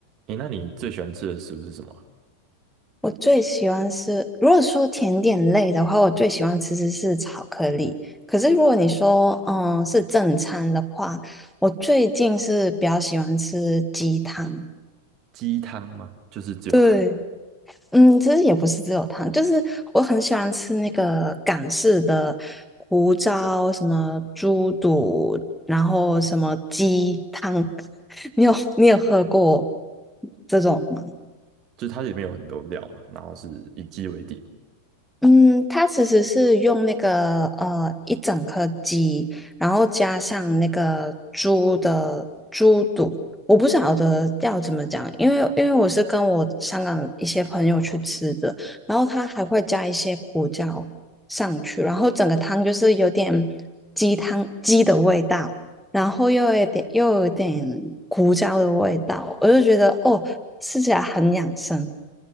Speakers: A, on the right; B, in the centre.
A: 诶，那你最喜欢吃的食物是什么啊
B: 我最喜欢吃，如果说甜点类的话，我最喜欢吃的是巧克力。可是如果你说，嗯，是正餐的话，我最近是比较喜欢吃鸡汤。
A: 鸡汤吗？就是只有汤，
B: 对，嗯，其实也不是只有汤，就是我很喜欢吃那个港式的胡椒，什么猪肚，然后什么鸡汤。<laughs> 你有你有喝过这种吗？
A: 嗯就是它里面有很多料嘛，然后是以鸡为底。
B: 嗯，它其实是用那个呃一整颗鸡，然后加上那个猪的猪肚，我不晓得要怎么讲，因为因为我是跟我香港一些朋友去吃的，然后它还会加一些胡椒上去，然后整个汤就是有点鸡汤鸡的味道，然后又有点又有点胡椒的味道，我就觉得哦，吃起来很养生。